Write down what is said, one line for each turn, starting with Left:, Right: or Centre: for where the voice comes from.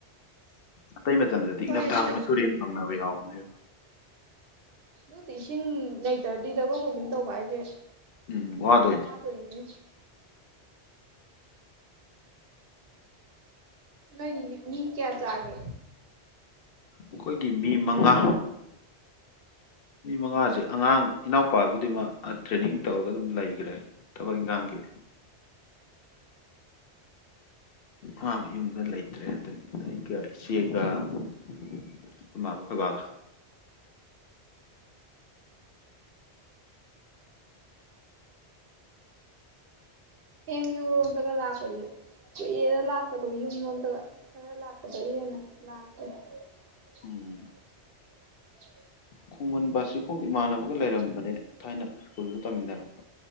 Left: ꯑꯇꯩ ꯃꯇꯝꯗꯗꯤ
Right: ꯍꯣꯏ
Left: ꯏꯪꯊꯝꯊꯥꯒꯨꯝꯕ
Right: ꯑꯗꯨ
Left: ꯇꯨꯔꯦꯟ ꯀꯪꯅꯕ ꯌꯥꯎꯕꯅꯦꯕ
Right: ꯑꯗꯨꯗꯤ ꯏꯁꯤꯡ ꯂꯩꯇ꯭ꯔꯗꯤ ꯗꯕꯜ ꯀ꯭ꯔꯣꯄꯤꯡ ꯇꯧꯕ ꯍꯥꯏꯁꯦ
Left: ꯎꯝ ꯋꯥꯗꯣꯏꯅꯦ
Right: ꯍꯣꯏ <unintelligible> ꯅꯣꯏꯗꯤ ꯃꯤ ꯀꯌꯥ ꯆꯥꯒꯦ
Left: ꯑꯩꯈꯣꯏꯒꯤ ꯃꯤ ꯃꯉꯥ ꯃꯤ ꯃꯉꯥꯁꯦ ꯑꯉꯥꯡ ꯏꯅꯥꯎꯄꯥꯕꯨꯗꯤ ꯃꯥ ꯇ꯭ꯔꯦꯅꯤꯡ ꯇꯧꯔꯒ ꯑꯗꯨꯝ ꯂꯩꯈ꯭ꯔꯦ ꯊꯕꯛ ꯏꯒꯥꯡꯒꯤ ꯃꯥꯃ ꯌꯨꯝꯗ ꯂꯩꯇ꯭ꯔꯦ ꯑꯗꯒꯤ ꯑꯩꯒ ꯏꯆꯦꯒ ꯑꯩꯈꯣꯏ ꯃꯥꯒ ꯑꯩꯈꯣꯏ ꯕꯥꯒ
Right: ꯑꯦꯝ ꯌꯨ ꯔꯣꯝꯗꯒ ꯂꯥꯛꯄꯗꯤ ꯀꯨꯏꯔꯦꯗ ꯂꯥꯛꯇꯕ ꯌꯨꯝꯂꯣꯝꯗꯒ ꯈꯔ ꯂꯥꯛꯄꯗꯩ ꯍꯦꯟꯅ ꯂꯥꯛꯇꯔꯦ <unintelligible>
Left: ꯎꯝ ꯈꯣꯡꯃꯟ ꯕꯥꯁꯤꯈꯣꯡꯗ ꯏꯃꯥꯟꯅꯕꯒ ꯂꯩꯔꯝꯕꯅꯦ ꯊꯥꯏꯅ ꯁ꯭ꯀꯨꯜꯗ ꯇꯝꯃꯤꯟꯅꯔꯛꯄ